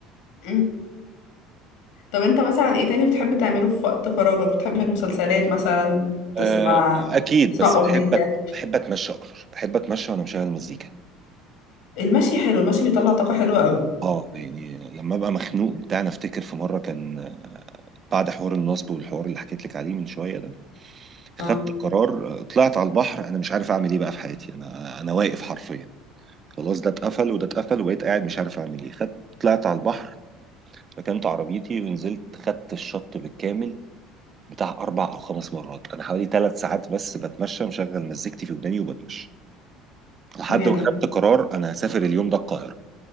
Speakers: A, on the left; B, on the right.
A: مم. طب انت مثلا ايه تاني بتحب تعمله في وقت فراغك بتحب المسلسلات مثلا تسمع
B: آه، اكيد
A: تسمع
B: بس
A: اغنيه
B: بحب أت- بحب اتمشى اكتر بحب اتمشى وانا مشغل مزيكا
A: المشي حلو المشي بيطلع طاقه حلوه قوي
B: اه يعني لما ابقى مخنوق بتاع انا افتكر في مره كان بعد حوار النصب والحوار اللي حكيت لك عليه من شويه ده
A: اه
B: خدت قرار طلعت على البحر انا مش عارف اعمل ايه بقى في حياتي انا انا واقف حرفيا خلاص ده اتقفل وده اتقفل وبقيت قاعد مش عارف اعمل ايه خدت طلعت على البحر ركنت عربيتي ونزلت خدت الشط بالكامل بتاع اربع او خمس مرات انا حوالي ثلاث ساعات بس بتمشى مشغل مزيكتي في وداني وبتمشى لحد
A: يا
B: ما
A: لهوي
B: خدت قرار انا هسافر اليوم ده القاهره